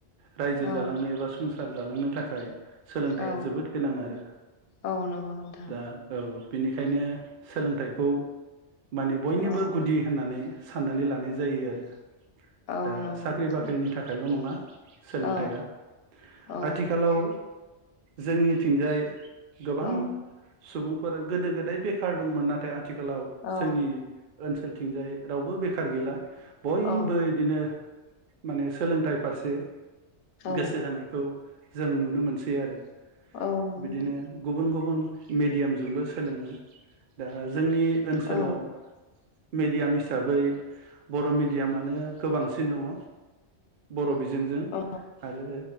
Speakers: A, on the right; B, on the left.
A: रायजो जालांनो
B: औ
A: एबा संसा संसार जालांनो थाखाय सोलोंथाइया
B: औ
A: जोबोद गोनां आरो
B: औ नंगौ नोंथां
A: दा औ। बेनिखायनो सोलोंथाइखौ माने बयनिबो
B: औ
A: गुदि होननानै साननानै लानाय जायो आरो।
B: औ
A: दा
B: नंगौ
A: साख्रि
B: नोंथां
A: बाख्रिनि थाखायल' नङा सोलोंथाइया
B: औ औ
A: आथिखालाव जोंनिथिंजाय गोबां
B: औ
A: सुबुं फोर गोदो गोदाय बे थार दंमोन नाथाय आ थिखालाव
B: औ
A: जोंनि ओनसोल थिंजाय रावबो बेखार गैला बयबो
B: औ
A: बिदिनो। माने सोलोंथाइ फारसे।
B: औ
A: गोसो होनायखौ। जों नुनो मोनसै आरो।
B: औ नंगौ
A: बिदिनो
B: नोंथां
A: गुबुन गुबुन। मेडियामजोंबो सोलोङो। दा। जोंनि ओनसोलाव।
B: औ
A: मिडियाम हिसाबै बर मिडियामानो गोबांसिन दंङ बर' बिजों। जोंजों
B: औ
A: आरो